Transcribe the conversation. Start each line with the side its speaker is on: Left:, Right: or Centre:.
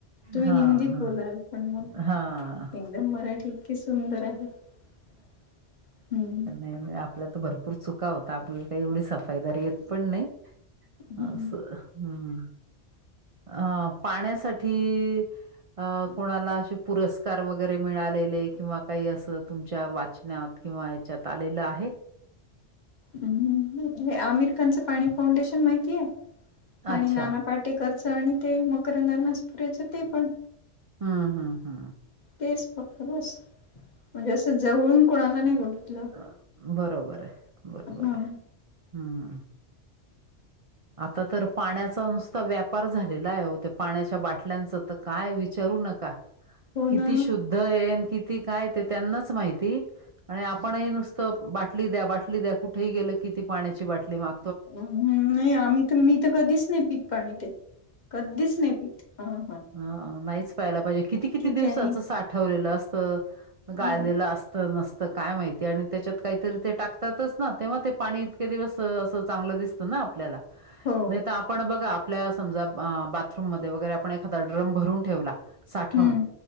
Left: तुम्ही
Right: हा
Left: हिंदीत बोलाल पण मग
Right: हा हा
Left: एकदम मराठी इतकी सुंदर आहे हम्म.
Right: नाही नाही आपल्या तर भरपूर चुका होता आपल्याला काही एवढी सफाईदार येत पण नाही.
Left: हं,
Right: असं हम्म अ पाण्यासाठी अ कोणाला असे पुरस्कार वगैरे मिळालेले किंवा काही असं तुमच्या वाचनात किंवा याच्यात आलेलं आहे.
Left: अं हे आमिर खानचं पाणी फाउंडेशन माहितीय. आणि
Right: अच्छा
Left: नानापाटे करचं, आणि ते मकरंदा अनासपुरे यांचं ते पण.
Right: हं, हं, हं.
Left: तेच फक्त बस म्हणजे असं जवळून कोणाला नाही बघितलं.
Right: अ बरोबर आहे बरोबर
Left: हं.
Right: आहे हम्म. आता तर पाण्याचा नुस व्यापार झालेला आहे होते पाण्याच्या बाटल्यांचं तर काय विचारू नका.
Left: हो
Right: किती
Left: ना.
Right: शुद्धय न किती काय ते त्यांनाच माहिती आणि आप आपणही नुसतं बाटली द्या, बाटली द्या, कुठेही गेलं कि ती पाण्याची बाटली माग
Left: अं म नाही आम्ही तर मी तर कधीच नाही पीत पाणी ते. कधीच नाही पित. अह
Right: हा नाहीच पाहायला पाहिजे. किती किती दिवसाचं
Left: त्यानी
Right: साठवलेलं असत. गाळलेलं
Left: हं,
Right: असत नसत काय माहिती. ते आणि त्याच्यात काहीतरी ते टाकतातच ना तेव्हा ते पाणी इतके दिवस असं चांगलं दिसतं ना आपल्याला,
Left: हो
Right: नाही तर आपण बघा आपल्या समजा बाथरूम मध्ये वगैरे आपण एखादा ड्रम भरून ठेवला. साठवून
Left: हम्म